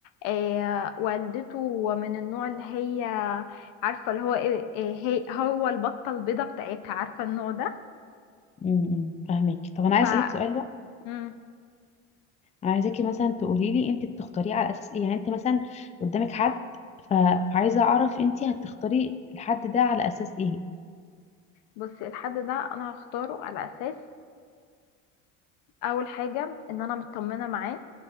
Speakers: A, on the left (about 70°); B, on the left (about 20°).
A: آه والدته من النوع اللي هي عارفة اللي هو ايه إيه- هي هو البطة البيضة بتاعتها عارفة النوع ده
B: مم. فاهمك طب انا عايز
A: ف
B: اسالك سؤال بقى
A: مم.
B: انا عايزاكي مثلا تقولي لي انت بتختاريه على اساس ايه يعني انت مثلا قدامك حد ف... فعايزه اعرف انت هتختاري الحد ده على اساس ايه
A: بصي الحد ده انا هختاره على اساس اول حاجة ان انا مطمنة معاه